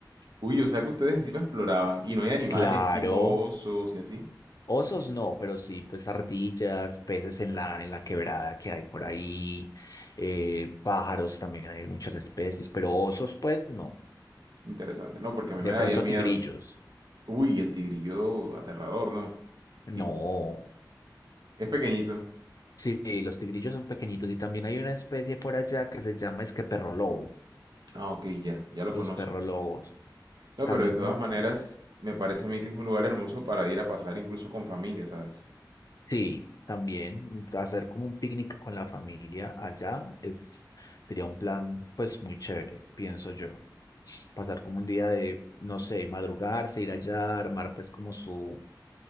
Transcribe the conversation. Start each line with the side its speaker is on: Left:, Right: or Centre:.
Right: Uy, o sea que ustedes encima exploraban y no hay animales
Left: Claro,
Right: tipo osos y así.
Left: Osos no, pero sí, pues ardillas, peces en la, en la quebrada que hay por ahí, eh, pájaros también hay muchas especies, pero osos pues no.
Right: Interesante. No, porque a mí me
Left: De
Right: daría
Left: pronto
Right: miedo.
Left: tigrillos,
Right: Uy, el tigrillo aterrador, ¿no?
Left: no.
Right: Tipo. Es pequeñito.
Left: Sí, sí, los tigrillos son pequeñitos y también hay una especie por allá que se llama es que perro lobo,
Right: Ah, ok, ya, ya lo
Left: los
Right: conozco.
Left: perro lobos,
Right: No,
Left: también
Right: pero de todas
Left: mu-
Right: maneras, me parece a mí que es un lugar hermoso para ir a pasar incluso con familia, ¿sabes?
Left: Sí, también un- hacer como un picnic con la familia allá es, sería un plan pues muy chévere, pienso yo. Pasar como un día de, no sé, madrugarse, ir allá, armar pues como su,